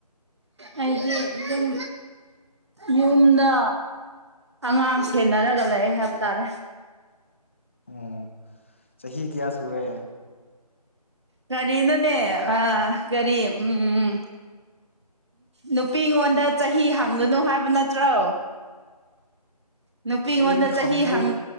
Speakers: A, on the right; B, on the left.
A: ꯑꯩꯗꯤ ꯑꯗꯨꯝ ꯌꯨꯝꯗ ꯑꯉꯥꯡ ꯁꯦꯟꯅꯔꯒ ꯂꯩ ꯍꯥꯏꯕ ꯇꯥꯔꯦ
B: ꯑꯣꯝ ꯆꯍꯤ ꯀꯌꯥ ꯁꯨꯔꯦ
A: ꯀꯔꯤꯅꯣꯅꯦ ꯑ ꯀꯔꯤ ꯎꯝꯝ ꯅꯨꯄꯤꯉꯣꯟꯗ ꯆꯍꯤ ꯍꯪꯒꯅꯨ ꯍꯥꯏꯕ ꯅꯠꯇ꯭ꯔꯣ ꯅꯨꯄꯤꯉꯣꯟꯗ
B: ꯑꯩꯗꯤ
A: ꯆꯍꯤ
B: ꯈꯪꯗꯦ
A: ꯍꯪ